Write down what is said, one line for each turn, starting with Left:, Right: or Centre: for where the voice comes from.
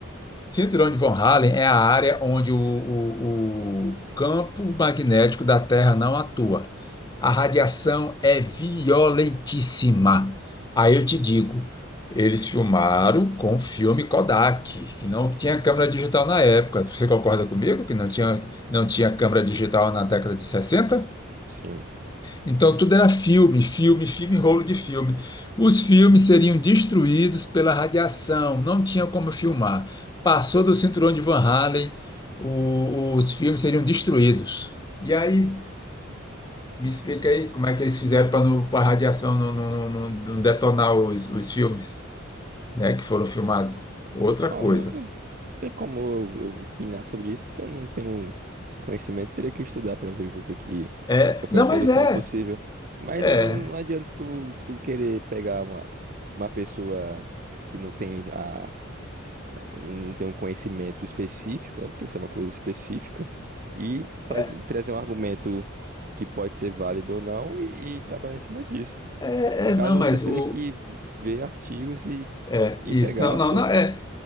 Left: Cinturão de Von Hallen é a área onde o, o- o campo magnético da Terra não atua. A radiação é violentíssima. Aí eu te digo, eles filmaram com filme Kodak, que não tinha câmera digital na época. Você concorda comigo que não tinha, não tinha câmera digital na década de 60?
Right: sim.
Left: Então, tudo era filme, filme, filme, rolo de filme. Os filmes seriam destruídos pela radiação, não tinha como filmar. Passou do cinturão de Van Halen, o- os filmes seriam destruídos. E aí, me explica aí como é que eles fizeram para a radiação não, não- não- não detonar os, os filmes, né, que foram filmados. Outra
Right: Então,
Left: coisa.
Right: tem como eu, eu opinar sobre isso, porque eu não tenho conhecimento, teria que estudar para ver o que que,
Left: É,
Right: qual foi
Left: não,
Right: a solução
Left: mas é,
Right: possível. Mas
Left: é,
Right: não, não adianta tu, tu querer pegar uma, uma pessoa que não tem a, não tem um conhecimento específico, né? Porque isso é uma coisa específica, e fazer,
Left: é,
Right: trazer um argumento que pode ser válido ou não e, e trabalhar em cima disso.
Left: é,
Right: No
Left: é,
Right: caso,
Left: não,
Right: você
Left: mas
Right: teria
Left: o,
Right: que ver artigos e,
Left: É,
Right: e
Left: isso.
Right: pegar
Left: Não, não,
Right: sobre.
Left: não, é,